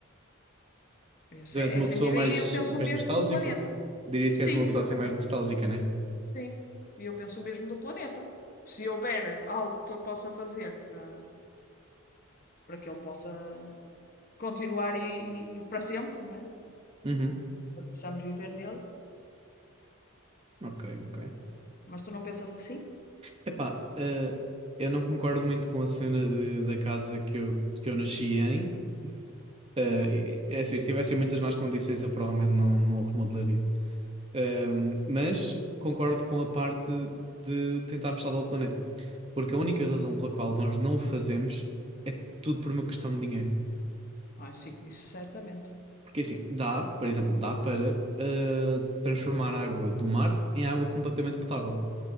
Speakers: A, on the left; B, on the right.
A: Essa
B: Tu és
A: é,
B: uma
A: essa
B: pessoa
A: é a minha ideia
B: mais,
A: e eu penso o
B: mais
A: mesmo
B: nostálgica?
A: do planeta.
B: Dirias
A: Sim,
B: que és uma pessoa
A: exatamente.
B: assim mais nostálgica, né?
A: Sim. E eu penso o mesmo do planeta. Se houver algo que eu possa fazer para, para que ele possa continuar e, e para sempre, não é?
B: Uhum.
A: porque precisamos viver nele,
B: Ok, ok.
A: mas tu não pensas assim?
B: Epá, eh, eu não concordo muito com a cena de- da casa que eu, que eu nasci em. Eh,
A: Uhum.
B: é assim, se tivessem muitas más condições, eu provavelmente não, não o remodelaria. Ehm, mas concordo com a parte de tentarmos salvar o planeta. Porque a única razão pela qual nós não o fazemos é tudo por uma questão de dinheiro.
A: Ah, sim, isso certamente.
B: Porque assim, dá, por exemplo, dá para eh, transformar a água do mar em água completamente potável.